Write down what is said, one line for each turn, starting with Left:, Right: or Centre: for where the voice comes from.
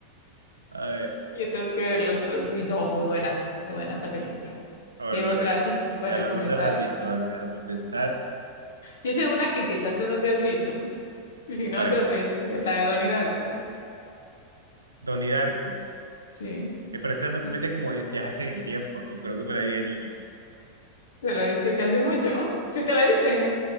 Right: A ver.
Left: yo tengo que verla entonces. Y no, muy buena, muy buena esa película.
Right: A ver,
Left: ¿Qué
Right: bueno,
Left: otra
Right: ya,
Left: así que puedes
Right: ya
Left: recomendar?
Right: las dos se las has
Left: Ana?
Right: visto. A ver, déjame pensar.
Left: Yo sé una que quizás tú no te has visto. y Si no,
Right: A ver,
Left: te la tienes que ver, la de Donnie Darko.
Right: Donnie Darko.
Left: Sí,
Right: Me parece mete
Left: Es-
Right: como viajes en el tiempo, ¿no? Creo que me la vi de niño.
Left: te la dice que hace mucho. ¿no? Sí, te la dice.